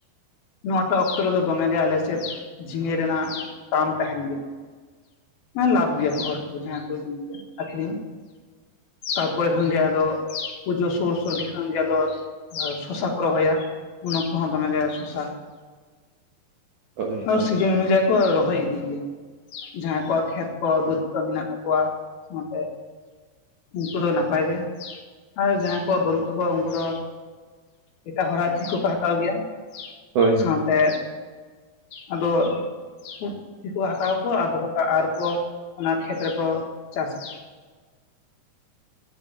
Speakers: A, on the left; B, on the right.
A: ᱱᱚᱣᱟᱴᱟᱜ ᱚᱠᱛᱚ ᱨᱮᱫᱚ ᱫᱚᱢᱮ ᱜᱮ ᱟᱞᱮᱥᱮᱫ ᱡᱷᱤᱸᱜᱮ ᱨᱮᱱᱟᱜ ᱫᱟᱢ ᱛᱟᱦᱮᱸᱱ ᱜᱮᱭᱟ, ᱢᱟᱱᱮ ᱞᱟᱵᱷ ᱜᱮᱭᱟ ᱠᱚ ᱦᱚᱲᱚ ᱠᱚ ᱡᱟᱦᱟᱸ ᱠᱚ ᱤᱫᱤ ᱜᱮᱭᱟ ᱟᱹᱠᱷᱨᱤᱧ᱾ ᱛᱟᱨ ᱯᱚᱨᱮ ᱠᱷᱟᱱ ᱜᱮ ᱟᱫᱚ, ᱯᱩᱡᱟᱹ ᱥᱳᱨ ᱥᱳᱨ ᱜᱮ ᱠᱷᱟᱱᱜᱮ ᱟᱫᱚ ᱥᱚᱥᱟ ᱠᱚ ᱨᱚᱦᱚᱭᱟ ᱩᱱ ᱚᱠᱛᱚ ᱦᱚᱸ ᱫᱚᱢᱮ ᱜᱮ ᱥᱚᱥᱟ
B: <unintelligible>
A: ᱟ
B: ᱦᱳᱭ
A: ᱥᱤᱡᱚᱱ ᱚᱱᱩᱡᱟᱭ ᱠᱚ ᱨᱚ ᱫᱚᱦᱚᱭ <unintelligible> ᱤᱫᱤ ᱜᱮᱭᱟ, ᱡᱟᱦᱟᱸᱭ ᱠᱚᱣᱟᱜ ᱠᱷᱮᱛ ᱠᱚ ᱵᱟᱹᱫᱽ ᱠᱚ ᱢᱮᱱᱟᱜ ᱛᱟᱠᱚᱣᱟ ᱚᱱᱛᱮᱼᱼ ᱩᱱᱠᱩ ᱫᱚ ᱱᱟᱯᱟᱭ ᱜᱮ, ᱟᱨ ᱡᱟᱦᱟᱸᱭ ᱠᱚᱣᱟᱜ ᱵᱟᱹᱱᱩᱜ ᱛᱟᱠᱚᱣᱟ ᱩᱱᱠᱩ ᱫᱚᱼᱼ ᱮᱴᱟᱜ ᱦᱚᱲᱟᱜ ᱪᱮᱫ ᱠᱚᱠᱚ ᱦᱟᱛᱟᱣ ᱜᱮᱭᱟ?
B: ᱦᱳᱭ
A: ᱥᱟᱶᱛᱮ ᱟᱫᱚ ᱠᱩᱜ ᱪᱮᱫ ᱠᱚ ᱦᱟᱛᱟᱣᱟ ᱠᱚ ᱟᱫᱚ ᱠᱚ ᱟᱨᱠᱚ ᱚᱱᱟ ᱠᱷᱮᱛ ᱨᱮᱠᱚ ᱪᱟᱥᱟ᱾